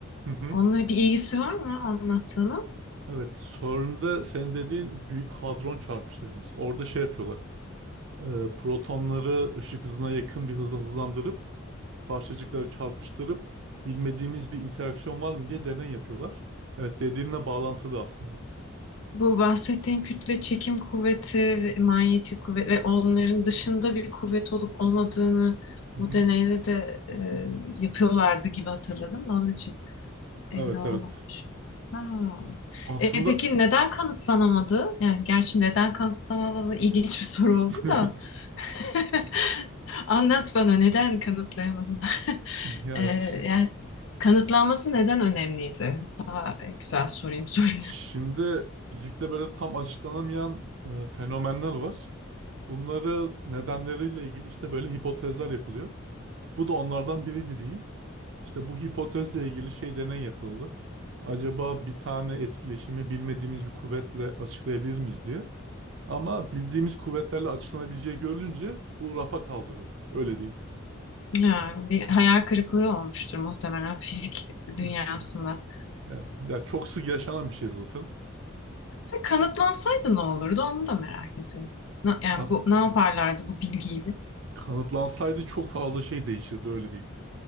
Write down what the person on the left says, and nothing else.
Onunla bir ilgisi var mı anlattığının?
Bu bahsettiğin kütle çekim kuvveti, ve manyetik kuvvet ve onların dışında bir kuvvet olup olmadığını
o
deneyde de e, yapıyorlardı gibi hatırladım da onun için emin
olamamışım.
Ha.
E, peki neden kanıtlanamadı? Yani gerçi neden kanıtlanamadı ilginç bir soru oldu
da <laughs> anlat bana neden kanıtlayamadın?
E,
yani kanıtlanması neden önemliydi? Daha güzel sorayım soruyu.
Ya, bir hayal kırıklığı olmuştur muhtemelen fizik
dünyasında.
Ya, Kanıtlansaydı ne olurdu onu da merak ediyorum. Na- yani
bu ne yaparlardı bu bilgiyle?